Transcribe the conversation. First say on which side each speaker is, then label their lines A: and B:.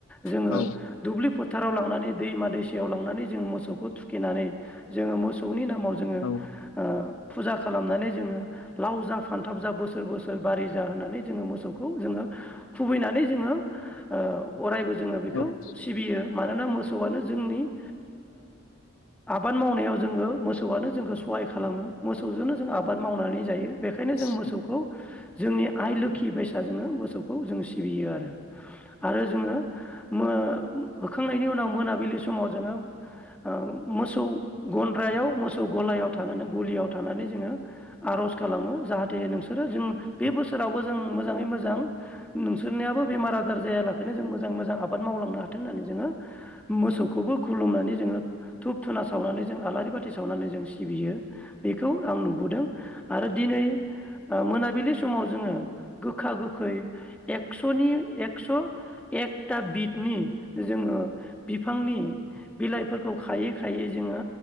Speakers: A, in the centre; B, on the left.
A: जोङो
B: नंगौ
A: दुब्लि फोथाराव लांनानै दैमा दैसायाव लांनानै जों मोसौखौ थुखिनानै जोङो मोसौनि नाम माव जोङो
B: औ
A: आ फुजा खालामनानै जोङो लाव जा फानथाब जा बोसोर बोसोर बारि जा होननानै जोंङो मोसौखौ जोङो खुबैना नै जोंङो ओ अरायबो जोङो
B: औ
A: बेखौ सिबियो मानोना मोसौआनो जोंनि ओ आबाद मावनायाव जोङो मोसौआनो जोंखौ सहाय खालामो मोसौजोंनो जों आबाद मावनानै जायो बेखायनो जों
B: औ
A: मोसौखौ जोंनि आइ लोखि बाय फुजा जोङो मोसौखौ जों सि बियो आरो आरो जोङो मो होखांनायनि उनाव मोनाबिलि समाव जोङो ओ मोसौ गन्द्रायाव मोसौ गलायाव थानानै गलियाव थानानै जोङो आर'ज खालामो जाहाथे नोंसोरो जों बे बोसोरावबो
B: औ
A: जों मोजाङै मोजां इसोरनियाबो बेमार आजार जायालाखैनो जों मोजाङै मोजां आबाद मावलांनो हाथों होननानै जोङो मोसौखौबो खुलुमनानै धुब धुना सावनानै जों आलारि बाथि सावनानै जों सिबियो बेखौ आं नुबोदों आरो दिनै ओ मोनाबिलि समाव जोङो गोखा गोखै एकसनि एकस एकथा बिदनि जोङो बिफांनि बिलाइ फोरखौ खायो खायो जोङो